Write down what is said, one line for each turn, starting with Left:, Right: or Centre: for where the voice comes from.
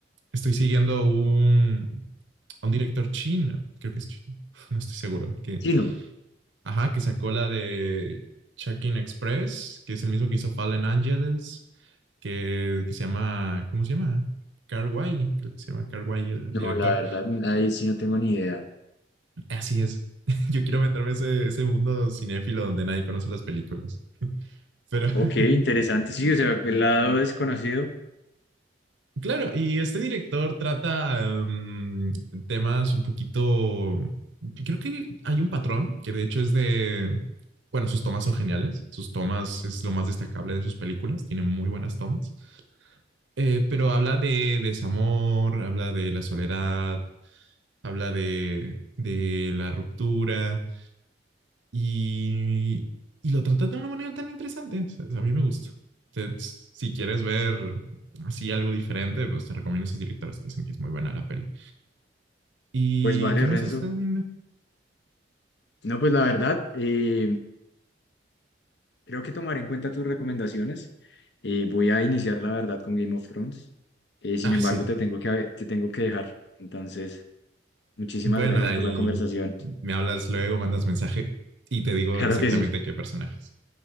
Right: estoy siguiendo un, un director chino. Creo que es chino. <laughs> No estoy seguro. Que
Left: Sí, no,
Right: Ajá, que sacó la de Check-in Express, que es el mismo que hizo Fallen Angels, que, que se llama, ¿cómo se llama? Carguay, creo que se llama Carguay el
Left: no,
Right: director.
Left: la verdad, ahí sí no tengo ni idea.
Right: Así es. <laughs> Yo quiero meterme ese, ese mundo cinéfilo donde nadie conoce las películas. Pero
Left: Ok, interesante,
Right: <laughs>
Left: sí, o sea, el lado desconocido,
Right: claro, y este director trata em, temas un poquito. Creo que hay un patrón que de hecho es de. Bueno, sus tomas son geniales. Sus tomas es lo más destacable de sus películas. Tiene muy buenas tomas Eh, pero habla de desamor, habla de la soledad, habla de, de la ruptura y, y lo trata de una manera tan interesante. O sea, A mí me gusta. Te- si quieres ver así algo diferente, pues te recomiendo esos directores que dicen que es muy buena la peli. ¿Y
Left: pues vale,
Right: qué más
Left: Renzo.
Right: estás viendo?
Left: No, pues la verdad, eh, creo que tomaré en cuenta tus recomendaciones. Eh, voy a iniciar, la verdad, con Game of Thrones. Eh, sin
Right: Ah,
Left: embargo,
Right: sí.
Left: te tengo que, te tengo que dejar. Entonces, muchísimas
Right: Bueno,
Left: gracias
Right: ahí
Left: por la conversación. <laughs>
Right: me hablas luego, mandas mensaje y te digo
Left: Claro
Right: exactamente
Left: que sí.
Right: qué personajes.